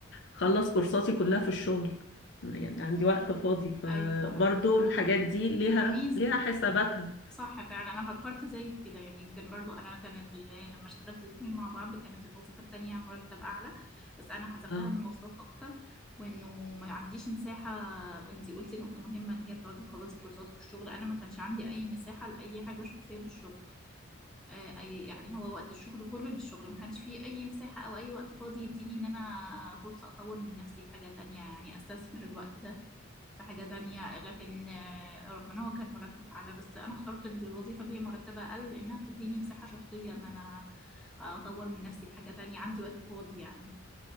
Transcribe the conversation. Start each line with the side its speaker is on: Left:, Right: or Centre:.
Left: خلص كورساتي كلها في الشغل يعني عندي وقت فاضي فبرضو
Centre: ايوه ايوه فعلا
Left: الحاجات دي ليها
Centre: دي ميزة
Left: ليها حساباتها
Centre: صح فعلا أنا فكرت زي كده يعني يمكن برضو أنا كانت ال- يعني لما اشتغلت الاتنين مع بعض كانت الوظيفة التانية مرتب أعلى بس أنا حسبتها
Left: اه
Centre: من مواصلات أكتر وإنه ما عنديش مساحة وإنتي قلتي نقطة مهمة اللي هي بتقعدي تخلصي كورساتك في الشغل أنا ما كانش عندي أي مساحة لأي حاجة شخصية في الشغل آه، أي يعني هو وقت الشغل كله للشغل ما كانش فيه أي مساحة أو أي وقت فاضي يديني إن أنا فرصة أطور من نفسي في حاجة تانية يعني أستثمر الوقت ده في حاجة تانية لكن آه، رغم ان هو كان مرتب اعلى بس انا اخترت الوظيفة اللي هي مرتبة اقل لانها بتديني مساحة شخصية ان انا اطور من نفسي في حاجة تانية عندي وقت فاضي يعني